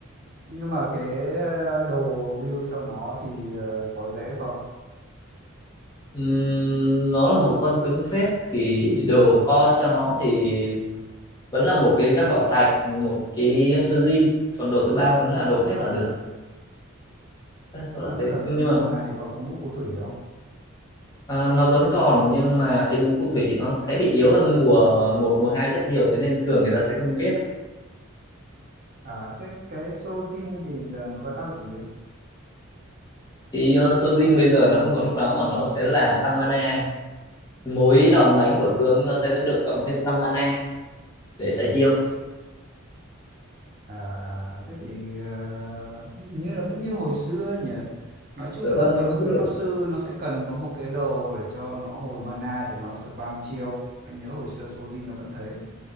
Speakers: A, on the right; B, on the left.
A: nhưng mà cái ờ, đồ build cho nó thì ờ, có dễ không?
B: Ừm, nó là một con tướng phép thì đồ co cho nó thì vẫn là một cái găng bảo thạch, một cái sơ jin, còn đồ thứ ba vẫn là đồ phép là được. đa số
A: Không
B: là
A: biết
B: thế
A: là
B: nhưng
A: cái mùa
B: mà
A: này còn có mũ phù thủy không?
B: à, nó vẫn còn nhưng mà cái mũ phù thủy nó sẽ bị yếu hơn mùa một mùa hai rất nhiều thế nên thường người ta sẽ không ghép ấy.
A: À, thế cái Sojin thì giờ nó có tác dụng gì?
B: thì uh, Sojin bây giờ nó không còn lúc đó mà nó sẽ là tăng mana ấy. mỗi đòn đánh của tướng nó sẽ được cộng thêm năm mana để xài chiêu
A: À, thế thì ờ, hình như là vẫn như hồi xưa nhỉ? Nói chung
B: dạ
A: là
B: vâng
A: mấy
B: nó
A: con
B: cũng
A: tướng
B: được
A: pháp sư nó sẽ cần có một cái đồ để cho nó hồi mana để nó spam chiêu. Anh nhớ hồi xưa Sojin nó vẫn thế.